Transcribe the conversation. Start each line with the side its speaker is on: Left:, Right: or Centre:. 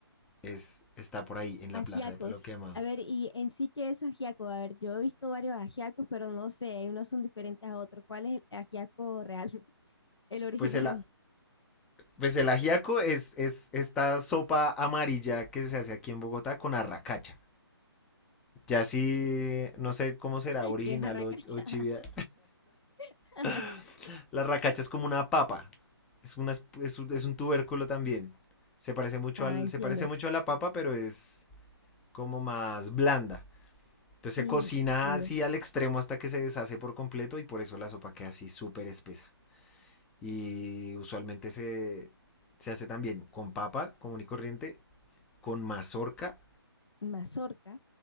Centre: es, está por ahí en la
Left: Ajiacos.
Centre: plaza de Palo Quemado.
Left: A ver, ¿y en sí qué es ajiaco? A ver, yo he visto varios ajiacos, pero no sé, unos son diferentes a otros. ¿Cuál es el ajiaco real? <laughs> El original,
Centre: Pues el, pues el ajiaco es, es esta sopa amarilla que se hace aquí en Bogotá con arracacha. Ya sí, no sé cómo será
Left: <laughs>
Centre: original
Left: que es arracacha.
Centre: o, o chivia.
Left: <laughs>
Centre: <laughs> La racacha es como una papa. Es, una, es, es un tubérculo también. Se parece, mucho
Left: Ah,
Centre: al,
Left: entiendo.
Centre: se parece mucho a la papa, pero es como más blanda. Entonces se
Left: Ujú,
Centre: cocina
Left: entiendo.
Centre: así al extremo hasta que se deshace por completo y por eso la sopa queda así súper espesa. Y usualmente se, se hace también con papa común y corriente, con mazorca,
Left: Mazorca,